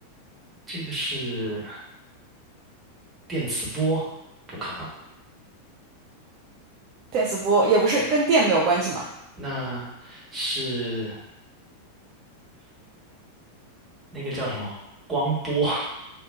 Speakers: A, on the right; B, on the right.
A: 这个是电磁波，不可能。
B: 电磁波也不是跟电没有关系嘛，
A: 那是那个叫什么光波？<laughs>